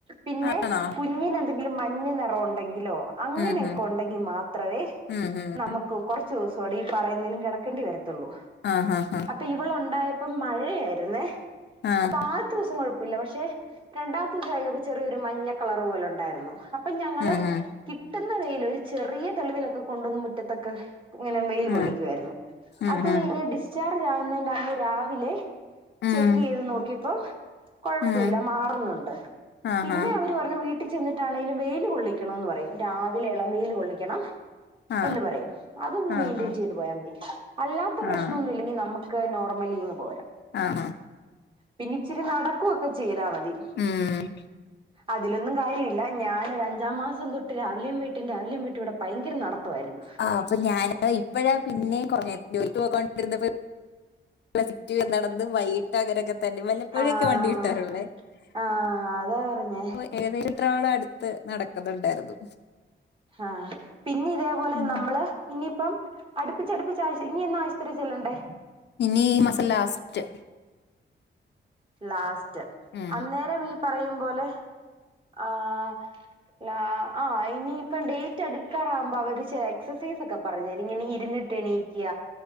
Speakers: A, on the right (about 25°); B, on the left (about 65°).
A: പിന്നെ
B: ആണോ
A: കുഞ്ഞിന എന്തെങ്കിലും മഞ്ഞ നിറം ഉണ്ടെങ്കിലോ അങ്ങനെയൊക്കെ
B: ഉം ഉം
A: ഉണ്ടെങ്കി മാത്രവേ
B: ഉം ഉം
A: നമുക്ക് കുറച്ച ദിവസൂടി ഈ പറയുന്നതിലും കിടക്കേണ്ടി വരത്ത പത്തുള്ളൂ.
B: ആഹ് ആഹ്
A: അപ്പൊ ഇവള് ഉണ്ടായപ്പോ മഴയായിരുന്നേ.
B: ആഹ്
A: അപ്പൊ ആദ്യത്ത ദിവസം കൊഴപ്പില്ല പക്ഷെ രണ്ടാമത്തെ ദിവസായപ്പൊ ചെറിയൊരു മഞ്ഞ കളറ് പോലെ ഉണ്ടായിരുന്നു. അപ്പൊ ഞങ്ങള്
B: ആഹ് ആഹ്
A: കിട്ടുന്ന വെയിൽ ഒരു ചെറിയ തെളിവിലൊക്കെ കൊണ്ടുവന്നന്ന് മുറ്റത്തൊക്കെ ഇങ്ങനെ വെയിൽ കൊള്ളിക്കുവായിരുന്നു,
B: ഉം ഉം
A: അത്
B: ഉം
A: കഴി ഡിസ്ചാർ ആവുന്നെന്റന്ന് രാവിലെ
B: ഉം
A: ചെക്ക് ചെയ്ത് നോക്കിയപ്പോ കുഴപ്പമില്ല
B: ഉം
A: മാറുന്നുണ്ട്.
B: ആഹാ
A: പിന്നെ അവര് പറഞ്ഞു വീട്ടി കട്ടിച്ചെന്നിട്ടാണെങ്കിലും വെയിൽ കൊള്ളിക്കണം എന്ന് പറയും. രാവിലെ എളം വെയിൽ കൊള്ളിക്കണം.
B: ആഹ്
A: എന്ന് പറയും അതൊന്ന്
B: ആഹാ
A: മെയിന്റയിൻ ചെയ്ത് പോയാൽ മതി. അല്ലാത്ത പ്രശ്നൊന്നും
B: ആഹ്
A: ഇല്ലെങ്കിൽ നമുക്ക് ക്ക് നോർമലി ഇങ്ങ് പോരാം.
B: ആഹ് ആഹ്.
A: പിന്ന ഇച്ചിരി നടക്കുവൊക്കെ ചെയ്താ മതി.
B: ഉം
A: അതിലൊന്നും കാര്യമില്ല ഞാനൊരഞ്ച മാസം തൊട്ട് രാവിലെയും വയിട്ടും രാവിലെയും വയിട്ടും ഇവിടെ ഭയങ്കര നടത്തമായിരുന്നു
B: ആ അപ്പൊ ഞാന് ഇപ്പഴാ പിന്നേം കുറഞ്ഞെ ജോലിക്ക് പോയിക്കോണ്ടിരുന്നപ്പ <unintelligible> നടന്ന വൈട്ട് അകനൊക്കെ തന്നെ വല്ലപ്പോഴൊക്കെ
A: ആഹ്
B: വണ്ടി കിട്ടാറുള്ളേ.
A: ആഹ്
B: <inaudible>
A: അതാ പറഞ്ഞേ
B: ഏതത്ര ആള അടുത്ത് നടക്കുന്നുണ്ടായിരുന്നു.
A: ആഹ പിന്നെ ഇതേപോലെ
B: ഉം
A: നമ്മള് ഇനിയിപ്പം അടുപ്പിച്ചടുപ്പിച്ച് ആശ ഇനി എന്ന ആശുപത്രിചെല്ലേണ്ട?
B: ഇനി മാസം ലാസ്റ്റ്.
A: ലാസ്റ്റ്
B: ഉം
A: അന്നേരം ഈ പറയും പോലെ ആ ആ ഇനിയിപ്പം ഡേറ്റ് അടുക്കാറാവുമ്പോ അവര് ചെല എക്സസൈസ് ഒക്കെ പറഞ്ഞു തരും ഇങ്ങനെ ഇരുന്നി ണീക്ക